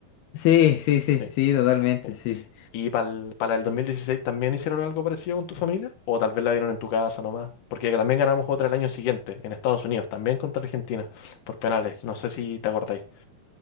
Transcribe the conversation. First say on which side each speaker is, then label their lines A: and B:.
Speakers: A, on the left (about 80°); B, on the left (about 60°).
A: Sí, sí, sí,
B: ¿sí?
A: sí, totalmente,
B: Eh,
A: sí.
B: ¿Y pa'l- para el 2016 también hicieron algo parecido con tu familia? ¿O tal vez la dieron en tu casa nomás? Porque también ganamos otra el año siguiente, en Estados Unidos, también contra Argentina, por penales. No sé si te acordáis.